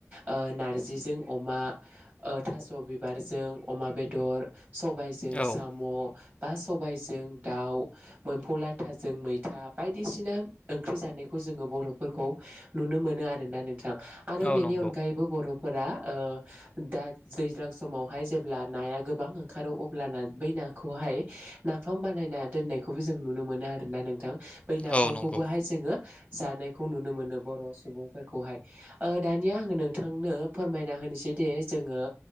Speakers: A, on the right; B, on the left.
A: ओ नारजिजों अमा ओ थास' बिबारजों अमा बेदर सबायजों
B: औ
A: साम' बा सबायजों दाउ एम्फौ लाथाजों मैथा बायदिसिना ओंख्रि जानायखौ जोंङो बर'फोरखौ नुनो मोनो आरोना नोंथां आरो
B: औ
A: बेनि
B: नंगौ
A: अनगायैबो बर' फोरा ओ दा दैज्लां समावहाय जेब्ला नाया गोबां ओंखारो अ ब्लाना बै नाखौहाय नाफाम बानायना दोननायखौबो जों नुनो मोनो आरोना नोंथां बै नाफामखौबोहाय
B: औ नंगौ
A: जोङो जानायखौ नुनो मोनो बर' सुबुंफोरखौहाय दानिया आङो नोंथांनो फोरमायना होनोसै बिदि जोङो